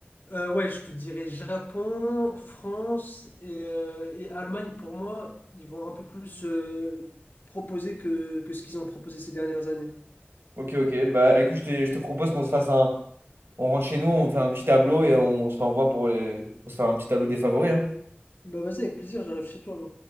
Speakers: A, on the left (about 55°); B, on the right (about 70°).
A: Euh, ouais, je te dirais Japon, France et, euh, et Allemagne, pour moi, ils vont un peu plus euh, proposer que, que ce qu'ils ont proposé ces dernières années.
B: Ok, ok, bah écoute, je te, je te propose qu'on se fasse un... On rentre chez nous, on fait un petit tableau et on se l'envoie pour les... pour se faire un petit tableau des favoris, hein.
A: Bah vas-y, avec plaisir, j'arrive chez toi. là.